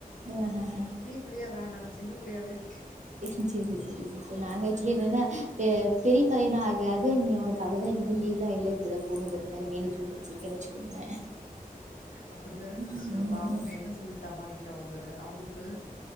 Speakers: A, on the right; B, on the left.
A: ஆஹ் ஹஹ
B: புள்ளியா வேண்டாம் சின்ன புள்ளியாவே இருக்க
A: எ செரி செரி செரி நாங்க ஆச்சுலி என்னனா பெரிய பையன ஆக ஆக இனி உனக்கு அவ்வளதான் இனிமே லீவ்லாம் இல்லை இப்படிதான் போணுங்கிற மாதிரி மேனஜ் பண்ண வச்சிருக்கேன்னு வச்சுக்கோங்களே
B: அப்படித்தானே சிஸ்டர்
A: ம்
B: பாவம் அவங்க என்ன சொல்லி சமாளிக்க அவங்க அவங்களுக்கு